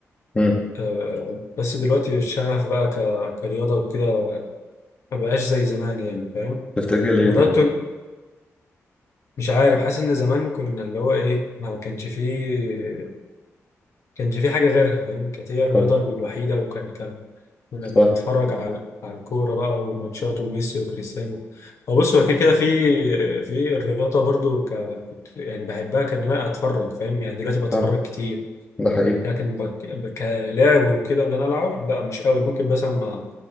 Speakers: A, on the left; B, on the left.
A: مم.
B: آه، بس دلوقتي الشغف بقى ك- كرياضة وكده ما بقاش زي زمان يعني فاهم
A: تفتكر ليه
B: ورياضته
A: طيب؟
B: مش عارف حاسس ان زمان كنا اللي هو ايه ما كانش فيه كانش فيه حاجة غيرها فاهم كانت هي الرياضة
A: صح
B: الوحيدة وكان كان كنا
A: صح
B: بنتفرج على على الكورة بقى وماتشات وميسي وكريستيانو هو بص هو كده كده في في الرياضة برضو ك يعني بحبها كان انا اتفرج فاهم يعني دلوقتي بتفرج
A: صح
B: كتير
A: ده حقيقي
B: لكن بك... كلعب وكده ان انا العب لا مش قوي ممكن مثلا مع